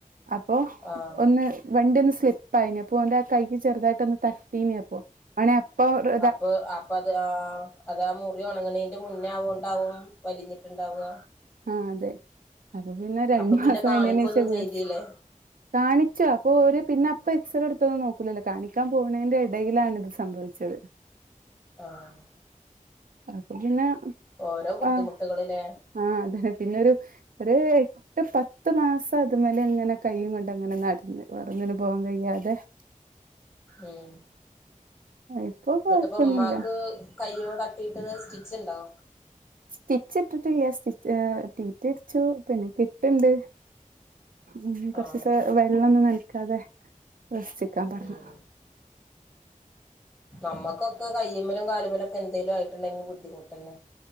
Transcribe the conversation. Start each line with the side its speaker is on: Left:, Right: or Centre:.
Right: അപ്പൊ
Left: ആഹ്
Right: ഒന്ന് വണ്ടി ഒന്ന് സ്ലിപ്പായി അപ്പോ ഓന്റെ ആ കൈ ചെറുതായിട്ട് ഒന്ന് തട്ടീനി അപ്പോ ഓനെ അപ്പോ ഒ
Left: അപ്പ് അപ്പ ആഹ് അതാ മുറി ഒണങ്ങണീന്റെ മുന്നേ ആവുണ്ടാവും വലിഞ്ഞിട്ടുണ്ടാവുക.
Right: ആ അതെ അപ്പൊ പിന്നെ രണ്ടു
Left: അപ്പൊ പിന്നെ
Right: മാസം
Left: കാണിക്കൊന്നും
Right: കഴിഞ്ഞേന് ശേഷം വി
Left: ചെയ്തില്ലേ
Right: കാണിച്ചും അപ്പൊ ഒരു പിന്നെ അപ്പൊ എക്സറ എടുത്തൊന്നും നോക്കൂലല്ലോ കാണിക്കാൻ പോണതിന്റെ ഇടയിലാണിത് സംഭവിച്ചത്
Left: ആഹ്
Right: അത് പിന്നെ
Left: ഓരോ ബുദ്ധിമുട്ടുകളില്ലേ.
Right: ആ ആഹ് അതെ പിന്നൊരു ഒര് ഒരു പത്ത് മാസം അതു മേലെ ഇങ്ങനെ കൈയും കൊണ്ട് അങ്ങനെ നടന്ന് വേറൊന്നിനും പോവാൻ കഴിയാതെ <unintelligible>
Left: ഉം
Right: ഇപ്പൊ
Left: എന്നിട്ടിപ്പ
Right: കൊഴപ്പൊന്നുല്ല
Left: ഉമ്മാക്ക് കയ്യോ തട്ടിട്ട് സ്റ്റിച്ചിണ്ടോ
Right: സ്റ്റിച്ച് ഇട്ടിട്ടില്ല സ്റ്റിച്ച് ടി ടി അടിച്ചു പിന്നെ കെട്ടുണ്ട് ഉം കൊറച്ചൂസം
Left: ആഹ്
Right: വെള്ളൊന്നും നനക്കാതെ റസ്റ്റ് എടുക്കാൻ പറഞ്ഞു.
Left: ഉം നമ്മുക്കൊക്ക കയ്യുമ്മേലും കാലുമെലൊക്കെ എന്തേലും ആയിട്ടുണ്ടെങ്കിൽ ബുദ്ധിമുട്ട് തന്നെ